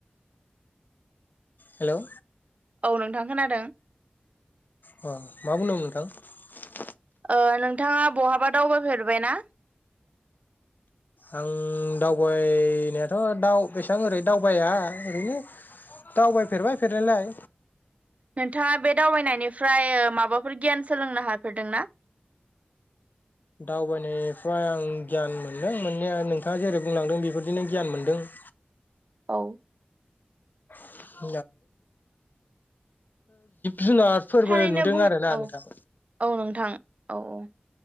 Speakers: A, on the left (about 60°); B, on the right (about 40°).
A: हेलौ
B: औ नोंथां खोनादों
A: औ मा बुंदोंमोन नोंथां
B: ओ नोंथाङा बहाबा दावबायफेरबाय ना
A: आं दावबायनायाथ' दाव एसेबां ओरैनो दावबाया ओरैनो दावबायफेरबाय फेरनायालाय
B: नोंथाङा बे दावबायनायनिफ्राय माबाफोर गियान सोलोंनो हाफेरदोंना
A: दावबायनायनिफ्राय आं गियान मोनदों मोननाया नोंथाङा जेरै बुंलांदों बेफोरदिनो गियान मोनदों <inaudible>
B: औ
A: <inaudible> जुनाद फोरबो
B: थारैनो
A: नुदों
B: बुं
A: आरोना
B: औ
A: नोंथां
B: औ नोंथां औ औ